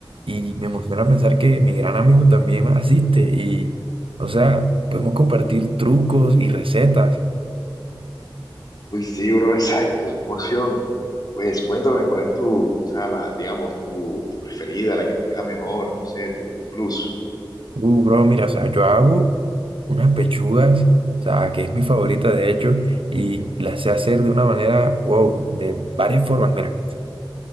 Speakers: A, on the right; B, on the left.
A: y me emociona pensar que mi gran amigo también asiste. Y, o sea, podemos compartir trucos y recetas.
B: Uy, sí, bro, <laughs> exacto, qué emoción. Pues cuéntame, ¿cuál es tu, o sea, la, digamos, tu, tu preferida, la que te queda mejor, no sé, tu, tu plus?
A: Uh, bro, mira, o sea, yo hago unas pechugas, o sea, que es mi favorita de hecho, y las sé hacer de una manera, wow, de varias formas. Mira.